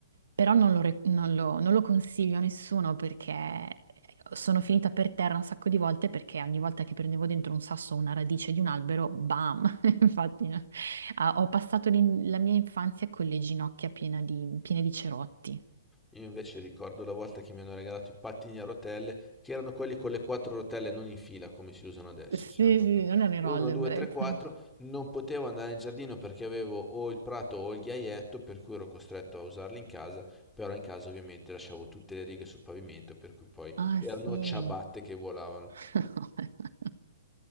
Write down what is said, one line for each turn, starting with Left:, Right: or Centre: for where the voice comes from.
Right: però non lo, re- non lo- non lo consiglio a nessuno perché sono finita per terra un sacco di volte perché ogni volta che prendevo dentro un sasso o una radice di un albero, bam! <laughs> Infatti, no. Ah, ho passato l'in- la mia infanzia con le ginocchia piena di- piene di cerotti.
Centre: Io invece ricordo la volta che mi hanno regalato i pattini a rotelle, che erano quelli con le quattro rotelle non in fila come si usano adesso,
Right: Sì,
Centre: c'erano proprio
Right: sì, non ero
Centre: 1,
Right: all'ebbrezza.
Centre: 2, 3, 4, non potevo andare in giardino perché avevo o il prato o il ghiaietto, per cui ero costretto a usarli in casa, però in casa ovviamente lasciavo tutte le righe sul pavimento, per cui poi
Right: Ah,
Centre: erano
Right: sì.
Centre: ciabatte che volavano.
Right: <laughs>